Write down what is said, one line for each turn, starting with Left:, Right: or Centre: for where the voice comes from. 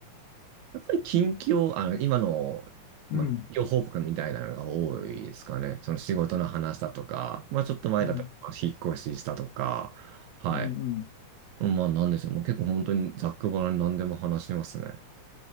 Right: やっぱり近況、あの、今の、
Left: うん、
Right: まあ、近況報告みたいなのが多いですかね。その仕事の話だとか、まあちょっと前だと、
Left: うん、
Right: まあ引っ越ししたとか、はい。
Left: うん、うん。
Right: まあなんでしょう。もう結構本当にざっくばらんに何でも話してますね。